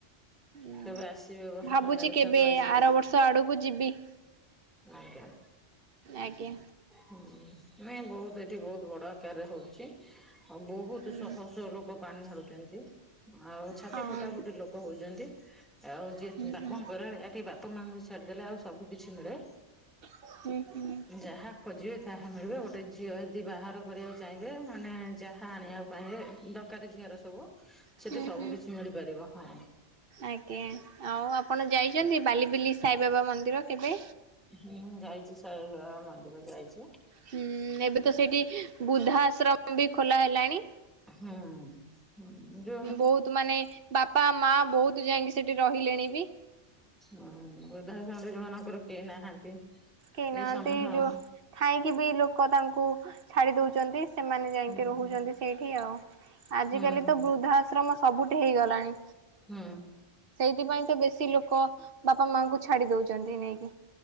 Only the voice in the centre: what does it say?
କେବେ ଆସିବେ ଏ ବର୍ଷ ଶନି
ଓଷାକୁ
ଆସିବେ
ଆଜ୍ଞା।
ହୁଁ, ନାଇଁ ବହୁତୁ ଏଠି ବହୁତ ବଡ ଆକାରରେ ହଉଛି। ଓ ବହୁତୁ
ଶହ ଶହ ଲୋକ ପାଣି ଢାଳୁଚନ୍ତି, ଆଉ ଛାତି
ଫଟା ଫୁଟି ଲୋ କ ହଉଚନ୍ତି, ଆଉ ଯିଏ
ବାପଙ୍କର
ଆଡେ ଏଠି ବାପ ମାଆ ଙ୍କୁ ଛାଡିଦେଲେ ଆଉ ସବୁ କିିଛି ମିଳେ।
ଯାହା ଖୋଜିବେ ତାହା ମିଳିବ। ଗୋଟେ ଝିଅ ଯଦି ବାହାର କରିବାକୁ ଚାହିଁବେ ମାନେ ଯାହା ଆଣିବାକୁ ପାହିଁବେ ଦ କାର ଝିଅର ସବୁ ସେଠି
ସବୁ
କିଛି ମିଳିପାରିବ ହଁ।
ହୁଁ, ଯାଇଚି, ସାଇବାବା ମନ୍ଦିର ଯାଇଚି।
ହଁ। ହୁଁ, ଯୋ
ହଁ ବୃଦ୍ଧାଶ୍ରମରେ ଯୋଉମାନଙ୍କର କେହି ନାହାନ୍ତି
ଏ ସମେଖ
ହୁଁ
ହୁଁ
ହୁଁ
ହୁଁ।